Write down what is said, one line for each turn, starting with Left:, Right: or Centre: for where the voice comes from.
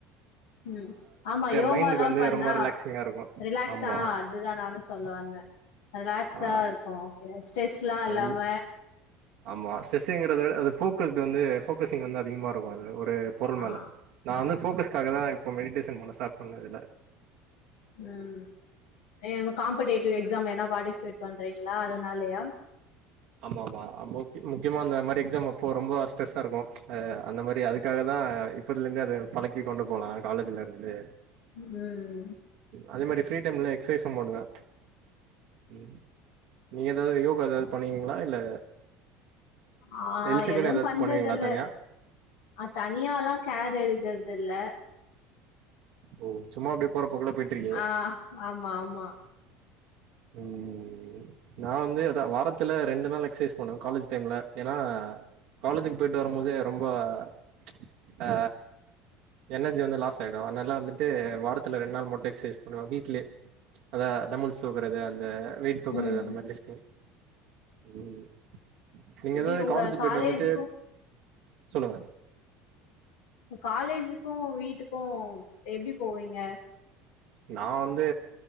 Left: ம் ஆமா யோகால்லா
Right: மைண்டுக்கு வந்து
Left: பண்ணா
Right: ரொம்ப ரிலாக்சிங்கா இருக்கு
Left: ரிலாக்ஸா
Right: ஆமா
Left: அதுதா நானு சொல்ல வந்த ரிலாக்ஸா
Right: ஆ
Left: இருக்கு ப்ப ஸ்ட்ரெஸ்லா
Right: அது
Left: இல்லாம
Right: ஆமா ஸ்டரெஸ்ஸுங்கறத அது ஃபோக்கஸ்டு வந்து ஃபோக்கஸிங் வந்து அதிகமாருக்கு அதுல ஒரு அ பொருள் மேல
Left: ஆ
Right: நா வந்து ஃபோக்கஸ்க்காக தான் இப்போ மெடிடேஷன் பண்ண ஸ்டார்ட் பண்ணே இதுல
Left: ம் ஏ காம்படேட்டிவ் எக்ஸாம் என்ன பார்ட்டிசிபேட் பண்றீங் ல அதனாலயா
Right: ஆமா ஆமா முக் முக்கியமா அந்த மாரி எக்ஸா அப்போ ரொம்ப ஸ்ட்ரெஸ்ஸா இருக்கு அந்த மாரி அதுக்காக தா ஆ இப்பத்துலருந்தே அத பழக்கி கொண்டு போலா காலேஜ்லருந்து
Left: ம்
Right: அதே மாரி ஃப்ரீ டைம்ல எக்சைஸும் பண்ணுவே ம் நீங்க எதாது யோகா எதாது பண்ணுவீங்களா இல்ல
Left: ஆ
Right: ஹெல்த்துக்குன்னு
Left: எதுவு
Right: ஏதாச்சு
Left: பண்றதில்ல
Right: பண்ணுவீங்களா தனியா
Left: அ தனியாலா கேர் எடுக்கறது இல்ல
Right: ஓ சும்மா அப்டியே போற போக்குல போயிட்டு இருக்கீங்க
Left: ஆ ஆமா ஆமா
Right: ம் நா வந்து அதா வாரத்துல ரெண்டு நாள் எக்சைஸ் பண்ணுவ காலேஜ் டைம்ல எனா காலேஜுக் போய்ட்டு வரும்போதே ரொம்ப ச் அ எனர்ஜி வந்து லாஸ் ஆய்டு அதனால வந்துட்டு வாரத்துல ரெண் நாள் மட்டு எக்சைஸ் பண்ணுவ வீட்லயே ச் அதா டம்புல்ஸ் தூக்கறது அந்த வெயிட் தூக்கறது
Left: ம்
Right: அந்த மாரி லிஃப்ட்டிங் ம் நீங்க
Left: எப்டி
Right: ஏதோ
Left: உங்க
Right: காலேஜ்க் போய்ட்டு
Left: காலேஜுக்கு
Right: வந்துட்டு சொல்லுங்க
Left: உ காலேஜுக்கு வீட்டுக்கு எப்டி போவீங்க
Right: நா வந்து